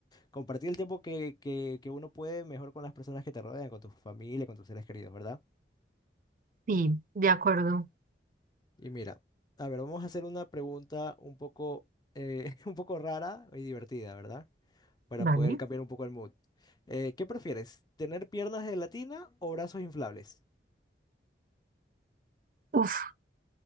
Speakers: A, on the left; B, on the right.
A: Compartir el tiempo que, que, que uno puede mejor con las personas que te rodean, con tu familia, con tus seres queridos, ¿verdad?
B: Sí, de acuerdo.
A: Y mira, a ver, vamos a hacer una pregunta un poco, eh, <laughs> un poco rara y divertida, ¿verdad? Para
B: Dale.
A: poder cambiar un poco el mood. Eh, ¿qué prefieres? ¿Tener piernas de gelatina o brazos inflables?
B: Uf,